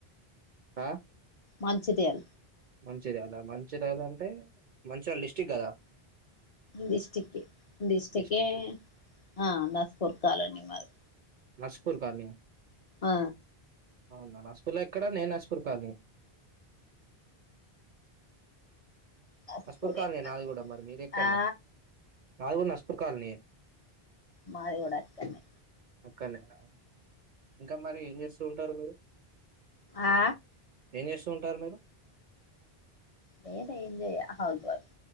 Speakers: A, on the right; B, on the left.
A: ఆ
B: మంచిదయల
A: మంచిర్యాాలా మంచిర్యాాల అంటే మంచాల డిస్టిక్ కదా
B: డిస్టక్ డిస్టకే
A: డిస్టిక్
B: ఆ నాస్పూర్ కాలనీ మారి
A: నస్పూర్ కాలనీ ఆ
B: ఆ
A: అవునా నస్పూర్ లో ఎక్కడ నేను నస్పూర్ కాలనీ
B: నస్పూరే
A: అ నాస్ఫుర్ కాలినే
B: మాది
A: నాది కూడా మరి మీరెక్కను
B: ఆ
A: నాది కూడా నస్పూర్ కాలనీ
B: మాది కూడా అక్కడనే
A: అక్కనేనా ఇంకా మరి ఏం చేస్త స్తుంటారు మీరు
B: ఆ
A: ఏం చేస్తుూ ఉంటారు మీరు
B: నేను ఏంజయ్య హౌస్వైఫ్